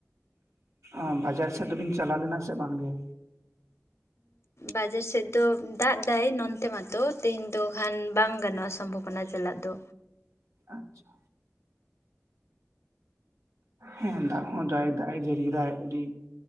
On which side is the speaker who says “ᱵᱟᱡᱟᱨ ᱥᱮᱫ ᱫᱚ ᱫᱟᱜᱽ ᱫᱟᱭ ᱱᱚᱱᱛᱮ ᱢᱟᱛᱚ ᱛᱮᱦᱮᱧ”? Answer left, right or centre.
Left